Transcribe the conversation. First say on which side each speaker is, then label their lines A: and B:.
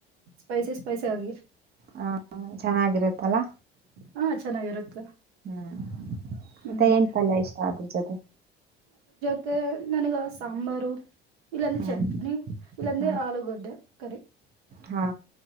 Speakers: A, on the right; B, on the right.
A: ಸ್ಪೈಸಿ ಸ್ಪೈಸಿ ಆಗಿ.
B: ಹಾ ಹಜ್ ಚೆನ್ನಾಗಿರುತ್ತಲ್ಲ
A: ಹಾ ಚೆನ್ನಾಗಿರುತ್ತೆ
B: ಹಾ
A: ಹ್ಮ್
B: ಮತ್ತೆ ಏನ್ ಪಲ್ಯ ಇಷ್ಟ ಅದ್ರ ಜೊತೆ.
A: ತ್ತೆ ನನಿಗ ಸಾಂಬಾರು. ಇಲ್ಲಂದೆ
B: ಹ್ಮ್
A: ಚಟ್ನಿ ಇಲ್ಲಂದೆ
B: ಹ್ಮ್
A: ಆಲೂಗಡ್ಡೆ. ಕರಿ.
B: ಹಾ